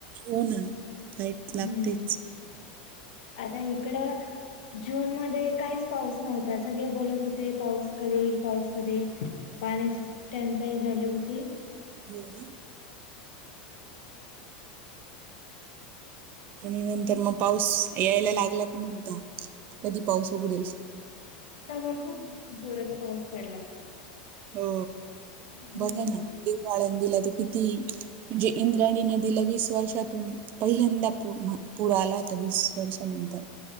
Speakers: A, on the right; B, on the left.
A: हो ना लाईट लागतेच.
B: हम्म आता इकड. जून मध्ये काहीच पाऊस नव्हता सगळे बोलत होते पाऊस करधीील <unintelligible> पाऊस करधीील <unintelligible> पाण्याची टंचाई झाली होती.
A: हो ना. आणि नंतर मग पाऊस यायला लागला का म्हणता कधी पाऊस उघडेल.
B: व खूप जोराचा पाऊस पडला होता.
A: हो
B: हम्म
A: बघा ना. ळ दिला तर किती म्हणजे इंद्राणी न दिला वीस वर्षातून पहिल्यांदा पुूर आला होता वीस वर्षानंतर